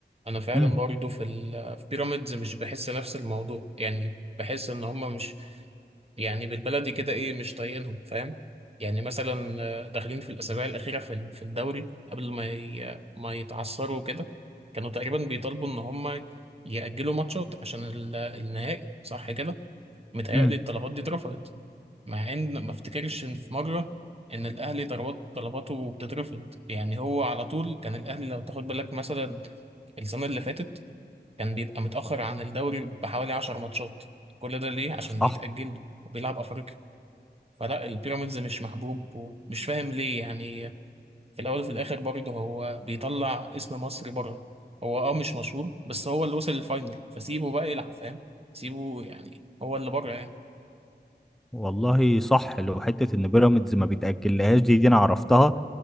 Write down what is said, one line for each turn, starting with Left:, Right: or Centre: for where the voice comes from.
Right: انا فعلا
Centre: امم
Right: برضو في ال في بيراميدز مش بحس نفس الموضوع يعني بحس ان هم مش يعني بالبلدي كده ايه مش طايقينهم فاهم يعني مثلا آه، داخلين في الاسابيع الاخيره في ال- في الدوري قبل ما ي... ما يتعثروا كده كانوا تقريبا بيطالبوا ان هم يأجلوا ماتشات عشان ال- النهائي صح كده متهيألي
Centre: امم
Right: الطلبات دي اترفضت مع ان ما افتكرش ان في مره ان الاهلي طلبات طلباته بتترفض يعني هو على طول كان الاهلي لو تاخد بالك مثلا السنه اللي فاتت كان بيبقى متاخر عن الدوري بحوالي 10 ماتشات كل ده ليه عشان
Centre: صح
Right: بيتاجل وبيلعب افريقيا فلا البيراميدز مش محبوب ومش فاهم ليه يعني في الاول وفي الاخر برضه هو بيطلع اسم مصر بره هو اه مش مشهور بس هو اللي وصل للفاينل فسيبه بقى يلعب فاهم سيبه يعني هو اللي بره يعني
Centre: والله صح لو حته ان بيراميدز ما بيتاجلهاش دي دي انا عرفتها